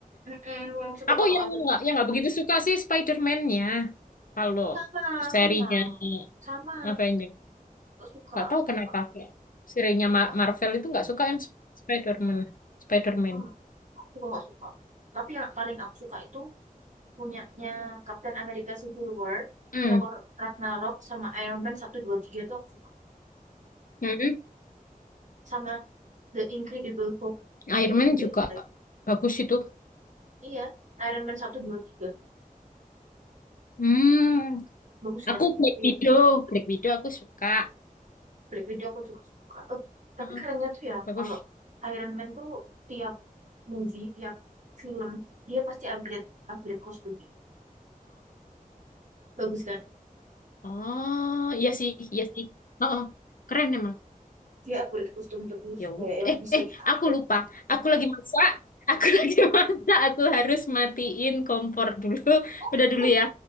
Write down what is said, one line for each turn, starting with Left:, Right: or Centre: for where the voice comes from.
Right: Mm-mm,
Left: <laughs>
Right: coba
Left: Aku
Right: kalau
Left: yang
Right: ada.
Left: nggak yang nggak begitu suka sih Spider-Man-nya. Kalau
Right: Sama, sama.
Left: serinya
Right: Sama.
Left: Avenger,
Right: Gak suka.
Left: nggak tahu kenapa
Right: Gak,
Left: kayak serinya
Right: gak suka.
Left: Ma- Marvel itu nggak suka yang Sp- Spider-Man. Spider-Man.
Right: Hmm. Aku juga gak suka. Tapi yang paling aku suka itu punyanya Captain America Civil War,
Left: Hmm.
Right: Thor Ragnarok, sama Iron Man satu dua tiga itu aku suka.
Left: Mm-mm.
Right: Sama The Incredible Hulk
Left: Iron
Right: itu
Left: Man
Right: juga
Left: juga
Right: jelek.
Left: bagus itu.
Right: Iya, Iron Man satu dua tiga
Left: Hmm.
Right: Bagus
Left: Aku
Right: kan?
Left: Black
Right: Iya,
Left: Widow, Black Widow aku suka.
Right: Black Widow aku juga suka. Eh, tapi
Left: Mm-mm.
Right: kerennya tuh ya
Left: Bagus.
Right: kalau Iron Man tuh tiap movie, tiap film, dia pasti upgrade upgrade kostumnya. Bagus kan?
Left: Oh, iya sih, iya sih. Oh, oh. keren emang.
Right: Dia upgrade kostum terus
Left: Ya
Right: kayak
Left: udah.
Right: yang
Left: Eh,
Right: bisa
Left: eh,
Right: di upgrade.
Left: aku lupa. Aku lagi masak. Aku <laughs> lagi masak. Aku harus matiin kompor dulu. <laughs>
Right: Oh
Left: Udah dulu
Right: my god,
Left: ya.